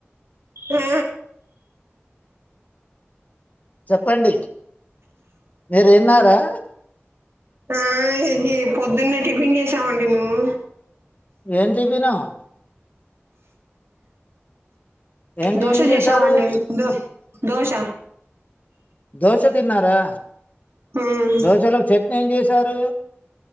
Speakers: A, on the right; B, on the left.
A: హా
B: చెప్పండి మీరు తిన్నారా
A: ఆ ఇది పొద్దున్నే టిఫిన్ చేసామండి మేము
B: ఏంటివనా ఏం
A: దోశ
B: టిఫిన్
A: చేసామండి
B: చేశారు
A: దో దోశ
B: దోశ తిన్నారా
A: ఉమ్
B: దోశలకు చెట్ని ఏం చేసారు